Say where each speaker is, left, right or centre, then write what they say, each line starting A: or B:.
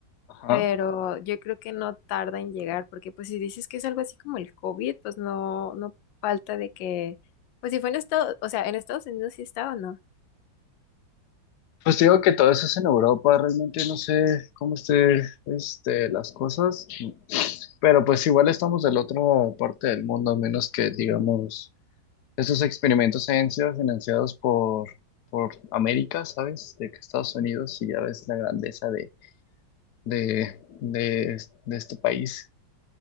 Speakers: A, on the left; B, on the left.
A: Ajá.
B: pero yo creo que no tarda en llegar, porque pues si dices que es algo así como el COVID, pues no, no falta de que, pues si fue en Estados, o sea, en Estados Unidos sí está o no.
A: Pues digo que todo eso es en Europa, realmente no sé cómo esté, este, las cosas, pero pues igual estamos del otro parte del mundo, a menos que digamos Esos experimentos han sido financiados por, por América, ¿sabes? De que Estados Unidos, y ya ves la grandeza de, de, de, es- de este país.